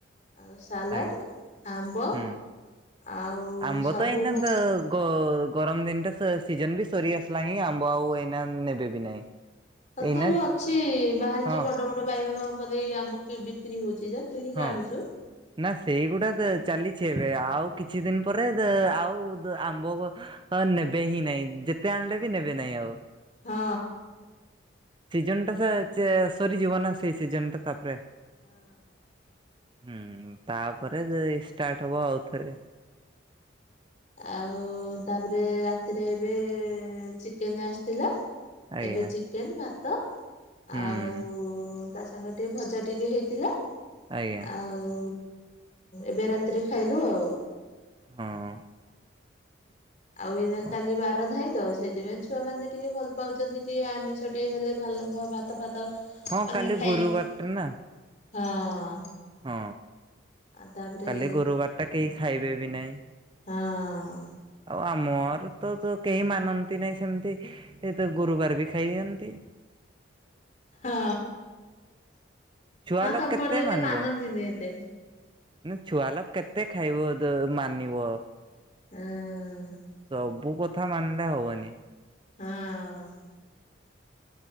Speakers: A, on the left (about 40°); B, on the right (about 25°).
A: ଆଉ ସାଲାଟ
B: ଆଜ୍ଞା
A: ଆମ୍ବ
B: ହୁଁ।
A: ଆଉ
B: ଆମ୍ବ
A: ସବୁ
B: ତ ଏଇନା
A: ମାନେ
B: ତ ଗ ଗରମ ଦିନଟା ସ ସିଜିନ ବି ସରି ଆସିଲା ହିଁ ଆମ୍ବ ଆଉ ଏଇନା ନେବେ ବି ନାହିଁ।
A: ତଥାପି
B: ଏଇନା
A: ଅଛି ବାହାରେ
B: ହଁ
A: ଯୋଉ ବଡ ବଡ ବାଇଗଣ ପଲେଇ ଆମ୍ବ କି ବିକ୍ରି ହଉଚି ଯେ। କିଣିକି
B: ହଁ।
A: ଆଣୁଚୁ।
B: ନା ସେଇଗୁଡା ତ ଚାଲିଛି ଏବେ ଆଉ କିଛି ଦିନ ପରେ ଆଉ ଆମ୍ବବ ହଁ ନେବେ ହିଁ ନାଇଁ ଯେତେ ଆଣିଲେ ବି ନେବେ ନାହିଁ ଆଉ।
A: ହଁ।
B: ସିଜନ ଟା ସେ ଚେ ସରିଯିବ ନା ସେଇ ସିଜନ ଟା ତାପରେ।
A: ହଁ।
B: ହୁଁ ତାପରେ ଯେ ଷ୍ଟାର୍ଟ ହବ ଆଉଥରେ।
A: ଆଉ ତାପରେ ରାତିରେ ଏବେ ଚିକେନ ଆସିଥିଲା।
B: ଆଜ୍ଞା
A: ଏବେ ଚିକେନ ଭାତ
B: ହୁଁ।
A: ଆଉ ତା ସାଙ୍ଗେ ଟିକେ ଭଜା ଟିକେ ହେଇଥିଲା
B: ଆଜ୍ଞା
A: ଆଉ ଏବେ ରାତିରେ ଖାଇଲୁ ଆଉ।
B: ହଁ।
A: ଆଉ ଏଇନା
B: ହଁ
A: କାଲି ବାର ନାହିଁ ତ। ସେଥିପାଇଁ ଛୁଆ ମାନେ ଟିକେ ଭଲ ପାଉଚନ୍ତି ଟିକେ ଆମିଷ ଟିକେ ହେଲେ ଭଲ ଭାତ ଫାତ
B: ହଁ
A: ମାନେ
B: କାଲି
A: ଖାଇବାକୁ
B: ଗୁରୁବାର ଟା ନା
A: ହଁ।
B: ହଁ
A: ଆଉ ତାପରେ
B: କାଲି ଗୁରୁବାର ଟା କେହି ଖାଇବେ ବି ନାଇଁ।
A: ହଁ
B: ଆଉ ଆମର ତ ତ କେହି ମାନନ୍ତି ନାହିଁ ସେମିତି। ଏଇ ତ ଗୁରୁବାର ବି ଖାଇ ଦିଅନ୍ତି।
A: ହଁ
B: ଛୁଆ
A: ହଁ
B: ଲୋକ
A: ତମପରେ
B: କେତେ
A: ଏତେ
B: ମାନିବ
A: ମାନନ୍ଦିନୀ ଏତେ।
B: ନା ଛୁଆ ଲୋକ କେତେ ଖାଇବ ଦ ମାନିବ।
A: ଉଁ।
B: ସବୁ କଥା ମାନିଲେ ହବନି।
A: ହଁ।